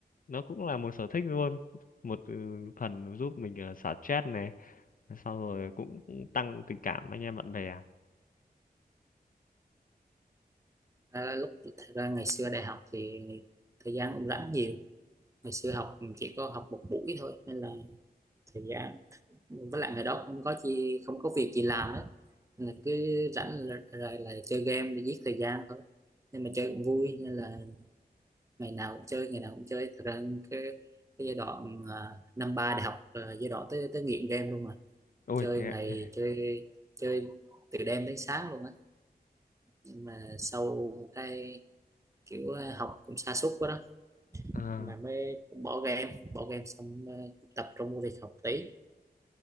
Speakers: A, on the left; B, on the right.
A: nó cũng là một sở thích luôn một ừ, phần giúp mình ờ, xả stress này sau rồi cũng tăng tình cảm anh em bạn bè
B: à, lúc thật ra ngày xưa đại học thì thời gian cũng rảnh nhiều ngày xưa học chỉ có học một buổi thôi nên là thời gian với lại ngày đó không có chi không có việc gì làm á nên là cứ rảnh là, là, là chơi game để giết thời gian thôi nhưng mà chơi cũng vui nên là ngày nào cũng chơi ngày nào cũng chơi thật ra cái, cái giai đoạn à, năm ba đại học là giai đoạn tới tới nghiện game luôn mà
A: ôi
B: chơi
A: thế
B: ngày
A: ạ.
B: chơi chơi từ đêm đến sáng luôn á nhưng mà sau cái kiểu à, học cũng sa sút quá đó
A: à,
B: mà mới bỏ game bỏ game xong à, tập trung vô việc học tí